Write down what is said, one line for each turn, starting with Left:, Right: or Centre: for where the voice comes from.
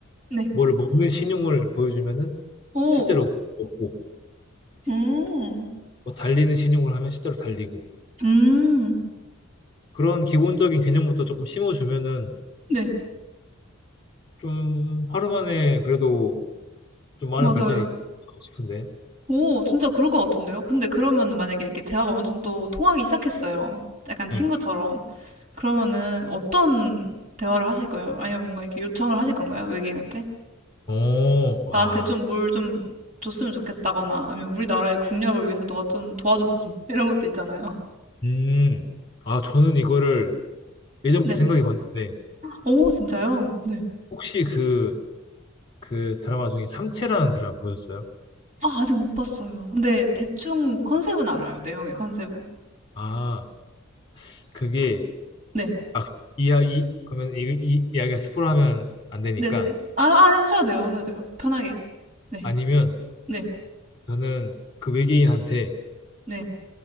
Right: 네.
Left: 뭘 먹는 신용을 보여주면은
Right: 오,
Left: 실제로 먹고
Right: 음,
Left: 뭐 달리는 신용을 하면 실제로 달리고
Right: 음,
Left: 그런 기본적인 개념부터 조금 심어주면은
Right: 네.
Left: 좀 하루 만에 그래도 좀 많은
Right: 맞아요.
Left: 발전이 있지 않을까 싶은데.
Right: 오, 진짜 그럴 것 같은데요? 근데 그러면 만약에 이렇게 대화가 어느 정도 통하기 시작했어요. 약간 친구처럼.
Left: 네.
Right: 그러면은 어떤 대화를 하실 거예요? 아니면 뭔가 이렇게 요청을 하실 건가요? 외계인한테?
Left: 어,
Right: 나한테
Left: 아,
Right: 좀 뭘 좀 줬으면 좋겠다거나, 아니면 우리나라의 국력을 위해서 너가 좀 도와줘. <laughs> 이런 것도 있잖아요.
Left: 음. 아, 저는 이거를 예전부터
Right: 네.
Left: 생각이 갔는데
Right: 오, 진짜요? 네.
Left: 혹시 그, 그 드라마 중에 삼체라는 드라마 보셨어요?
Right: 아 아직 못 봤어요. 근데 대충 컨셉은 알아요, 내용의 컨셉은.
Left: 아, 그게
Right: 네.
Left: 아, 이야 이 그러면 이, 이 이야기를 스포를 하면 안 되니까
Right: 네. 아 아 하셔도 돼요, 하셔도 돼요. 편하게. 네.
Left: 아니면
Right: 네.
Left: 저는 그 외계인한테
Right: 네.